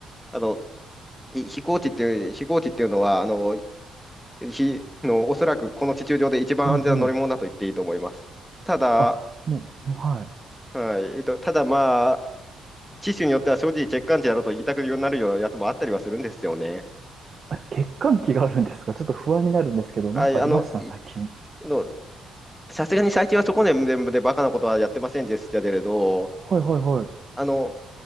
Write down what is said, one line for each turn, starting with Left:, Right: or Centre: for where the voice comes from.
Centre: あのひ飛行機っていう、飛行機っていうのはあのひの、おそらくこの地球上で一番安全な乗り物だと言っていいと思います。
Right: うんうん。
Centre: ただ、
Right: あ、もう、もうはい。
Centre: はいえっと、ただまあ、機種によっては正直、欠陥値だろうと言いたくなるようなやつもあったりはするんですよね。
Right: あ、欠陥期があるんですかちょっと不安になるんですけど、
Centre: はい、
Right: なんかありました最近。
Centre: あのいのさすがに最近はそこで全部でバカなことはやってませんでしたけれど、
Right: はいはいは
Centre: あの、